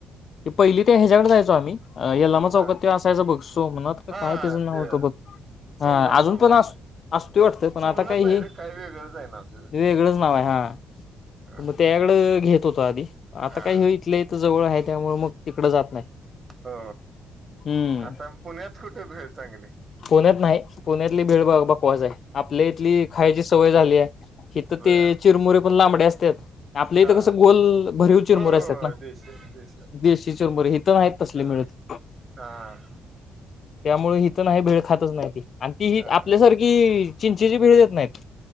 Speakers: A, on the left; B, on the right.
A: ते पहिली ते ह्याच्याकडे जायचो आम्ही यल्लमा चौकात
B: हा
A: त्याचं बघ सोमनाथ का
B: हा
A: काय त्याचं नाव
B: ते
A: होतं बघ
B: सोमनाथ
A: हा अजून
B: सोमनाथ
A: पण असं असतंय वाटतं पण
B: सोमनाथ
A: आता काही
B: नाही
A: हे
B: रे वेगळंच आहे नाव त्याचं
A: वेगळंच नाव आहे हा
B: हा
A: मग तेकडं घेत होतो आधी आता
B: हा
A: काय हे इथल्या इथं जवळ आहे त्यामुळं मग तिकडं जात नाही.
B: हो
A: हम्म
B: आता पुण्यात कुठे भेळ चांगली?
A: पुण्यात नाही पुण्यातली भेळ बघ बकवास आहे. आपल्या इथली खायची सवय झाली आहे की तिथं
B: बर
A: ती चिरमुरे पण लांबडे असतात. आपल्या
B: हा
A: इथं कसं गोल भरीव चिरमुर
B: हो हो
A: असतात ना.
B: देश <unintelligible>
A: देशी चुरमुरे इथं नाही तसले
B: हा
A: मिळत.
B: हा
A: त्यामुळे हिथं नाही भेळ खातच नाही ती आणि ती ही
B: हा
A: आपल्यासारखी चिंचेची भेळ देत नाहीत.